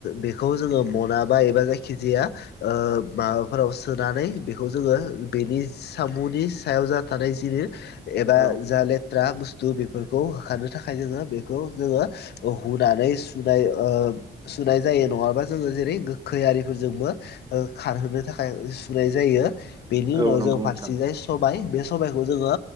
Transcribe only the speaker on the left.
बेखौ जोंङो म'ना बा एबा जायखिजाया ओ माबाफोराव सोनानै बेखौ जोङो बेनि सामुनि सायाव जा थानाय जि इ एबा
जा लेथ्रा बुस थु बेफोरखौ होखारनो थाखाय जोंङो बेखौ जोंङो ओ हुनानै सुनाय ओ सुनाय जायो नंङाबा जोंङो जेरै गोखै आरिफोरजोंबो ओ खारहोनो थाखाय सुनाय जायो। बेनि उनाव
जों
फारसेजाय सब बाय बे सबायखौ जोंङो